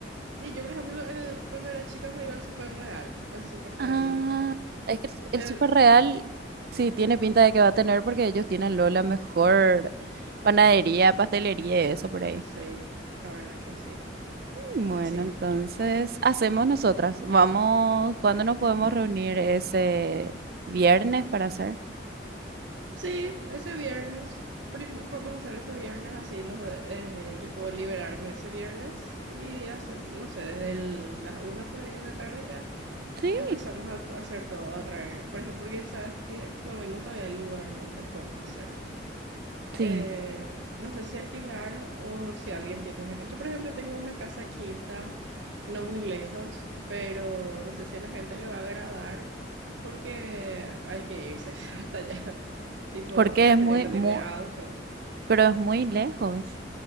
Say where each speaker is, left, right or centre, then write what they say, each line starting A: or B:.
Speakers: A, on the right; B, on the right.
A: y yo, por ejemplo, en el- cuando era chica me iba al Super Real, al Super Real,
B: Ah, es que el
A: el,
B: súper real sí tiene pinta de que va a tener porque ellos tienen lo la mejor panadería, pastelería y eso por ahí.
A: sí, la verdad que sí,
B: Bueno,
A: sí.
B: entonces hacemos nosotras. Vamos, ¿cuándo nos podemos reunir ese viernes para hacer?
A: Sí, ese viernes. Prim- podemos hacer ese viernes así. Nos, eh, yo puedo liberarme ese viernes y hace- no sé, desde el- las una por ahí de la tarde ya
B: Sí,
A: empezamos a, a hacer todo, a traer. Por ejemplo, porque sabes que no vimos todavía el lugar donde podemos hacer
B: sí,
A: eh, no sé si alquilar o si alguien tiene una... Yo, por ejemplo, tengo una casa quinta, no muy lejos, pero no sé si a la gente le va a agradar porque hay que irse <laughs> hasta allá. Tipo,
B: porque
A: hay
B: es muy,
A: gente que no
B: muy,
A: tiene auto.
B: pero es muy lejos.